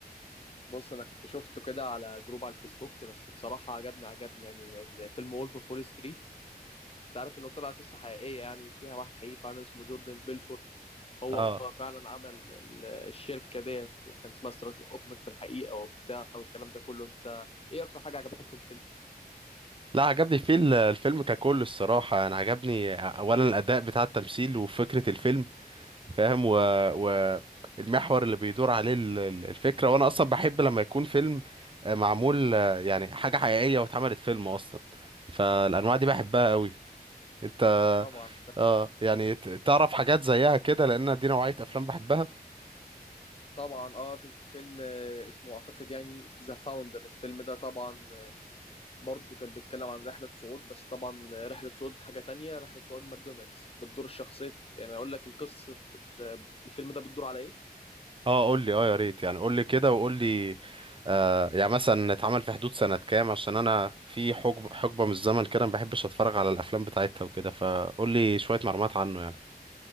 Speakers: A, on the left; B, on the right.
A: بص انا كنت شفته كده على جروب على الفيسبوك بس بصراحه عجبني عجبني يعني لان فيلم وولف اوف وول ستريت انت عارف انه طلع قصه حقيقيه يعني فيها واحد حقيقي فعلا اسمه جوردن بيلفورت هو
B: اه
A: فعلا عمل ال- الشركه ديت وكان اسمها ستراتيك اوكمنت في الحقيقه وبتاع والكلام ده كله انت ايه اكتر حاجه عجبتك في الفيلم
B: لا عجبني فيه ال- الفيلم ككل الصراحه انا عجبني اولا الاداء بتاع التمثيل وفكره الفيلم فاهم و... و... المحور اللي بيدور عليه ال- ال- الفكرة وانا اصلا بحب لما يكون فيلم آه، معمول آه، يعني حاجة حقيقية واتعملت فيلم اصلا فالانواع دي بحبها قوي انت
A: طبعا ف...
B: اه يعني ت- تعرف حاجات زيها كده لان دي نوعية افلام بحبها
A: طبعا اه في فيلم آه، اسمه اعتقد يعني ذا فاوندر الفيلم ده طبعا برضه كان بيتكلم عن رحلة صعود بس طبعا رحلة صعود حاجة تانية رحلة صعود ماكدونالدز بتدور الشخصية يعني أقول لك القصة الفيلم ده بتدور على إيه؟
B: اه قول لي اه يا ريت يعني قول لي كده وقول لي آه يعني مثلا اتعمل في حدود سنة كام عشان انا في حقبة حقبة من الزمن كده ما بحبش اتفرج على الافلام بتاعتها وكده فقول لي شوية معلومات عنه يعني